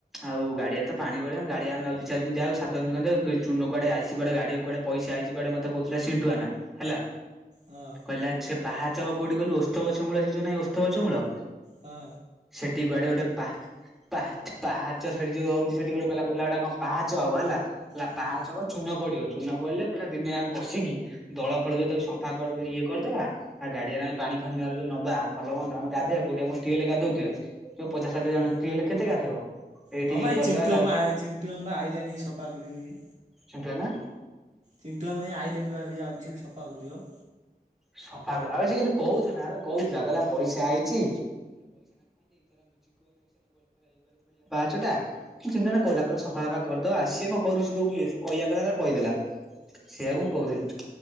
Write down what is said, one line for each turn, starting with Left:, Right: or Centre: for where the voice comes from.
Centre: ଆଉ ଗାଡିଆ ତ ପାଣି ଗୋଳିଆ ଗାଡିଆ ଆମେ ଆଉ ଦି ଚାରି ଦିନି ଯାଉ ସାତ ଦିନି ଖଣ୍ଡେ ଯାଉ ଚୂନ କୁଆଡ ଆସିଚି କୁଆଡେ ଗାଡିଆକୁ କୁଆଡେ ପଇସା ଆଇଚି କୁଆଡେ ମତେ କହୁଥିଲା ସିଡୁଆନା ହେଲା
Right: ହଁ।
Centre: କହିଲା ସେ ପାହାଚ ହବ କୋଉଠି କହିଲୁ ଓସ୍ତ ଗଛ ମୂଳ ସେ ଯଉ ନାହିଁ ଓସ୍ତ ଗଛ ମୂଳ
Right: ହଁ।
Centre: ସେଠି କୁଆଡେ ଗୋଟେ ପା ପାହାଚ୍ ପାହାଚ ସେଠି ଯୋଉ ହଉଛି ସେଠି କଣ କହିଲା ବୁଲା ଗୋଟେ କଣ ପାହାଚ ହବ ହେଲା। ହେଲା
Right: ହୁଁ
Centre: ପାହାଚ ହବ ଚୂନ ପଡିବ ଚୂନ ପଡିଲେ କହିଲା ଦିନେ ଆମେ ପଶିକି ଦଳ ଫଳ ଯୋଉ ତାକୁ ସପ୍ ସଫା କରିଦେଇ ଇଏ କରିଦବା ଆଉ ଗାଡିଆରେ ଆମେ ପାଣି ଫାଣିି ଏଗରାକ ଯୋଉ ନବା ଭଲ ମନ୍ଦ ଆମେ ଗାଧୋଇବା କଉଠି ଆ ଟ୍ୟୁୱଲ୍ ରେ ଗାଧୋଉଥିବା ଯୋଉ ପଚାଶ୍ ଷାଠିଏ
Right: ହୁଁ
Centre: ଜଣ ଟ୍ୟୁୱାଲ୍ ରେ କେତେ ଗାଧେଇବ? ଏଇଠି
Right: ହଁ
Centre: ଇଏ
Right: ବା ଏଇ
Centre: କରିଦବା
Right: ଚିଣ୍ଟୁଆମୁ
Centre: ଗାଧେ
Right: ଆଇ ଚିଣ୍ଟୁଆମୁ ପା ଆଇଲାନି ସଫା କରିବ ବି
Centre: ଚିଣ୍ଟୁଆନା
Right: ଚିଣ୍ଟୁଆମୁ ହେଇ ଆଇଲେଣି ବା ହେଇ ଯାଉଛି ସଫା କରିବ।
Centre: ସଫା କ ଆବେ ସେ କିନ୍ତୁ କହୁଥିଲା ଆବେ କହୁଥିଲା କହିଲା ପଇସା ଆଇଚି <inaudible> ଚିଣ୍ଟୁ ଭାଇନା କହିଲା ସଫା ଫପା କରିଦବା ସିଏ କଣ କରୁଛି କୋଉଠି ଇଏ ସିଏ କହିଆ କଥା ଯାହା କହିଦେଲା। ସେଇଆ କୁ ମୁଁ କହୁଥିଲି।